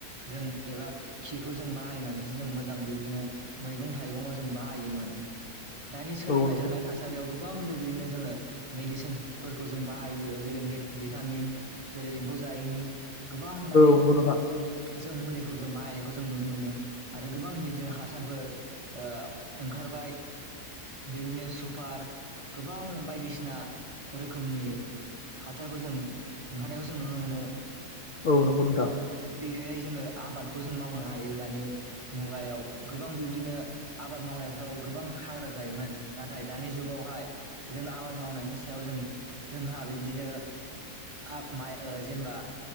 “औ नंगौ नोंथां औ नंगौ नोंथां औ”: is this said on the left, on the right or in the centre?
Left